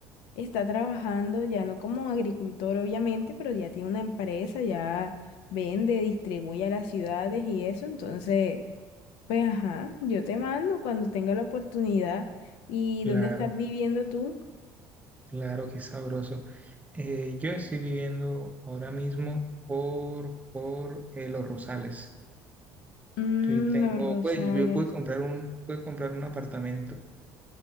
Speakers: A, on the left; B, on the right.
A: está trabajando, ya no como agricultor, obviamente, pero ya tiene una empresa, ya vende, distribuye a las ciudades y eso, entonces... Pues ajá, yo te mando cuando tenga la oportunidad. ¿Y
B: Claro,
A: dónde estás viviendo tú?
B: claro, qué sabroso. Eh, yo estoy viviendo ahora mismo por, por eh, Los Rosales.
A: Mm,
B: Yo tengo,
A: los Rosales.
B: pues yo pude comprar un, pude comprar un apartamento.